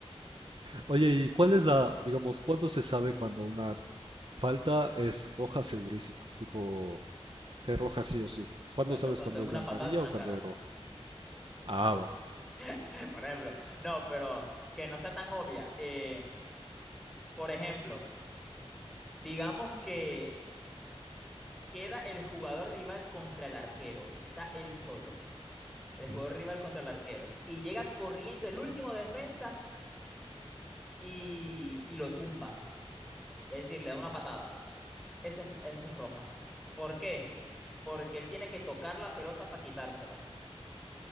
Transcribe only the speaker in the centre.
Por ejemplo,
cuando
es
una
patada en una
cara.
<laughs> Por ejemplo, no, pero que no sea tan obvia. Em, por ejemplo, digamos que queda el jugador rival contra el arquero. Está él solo. El jugador
rival contra el arquero. Y llega corriendo el último defensa y, y lo tumba. Es decir, le da una patada. Eso es, eso es roja. ¿Por qué? Porque él tiene que tocar la pelota para quitársela.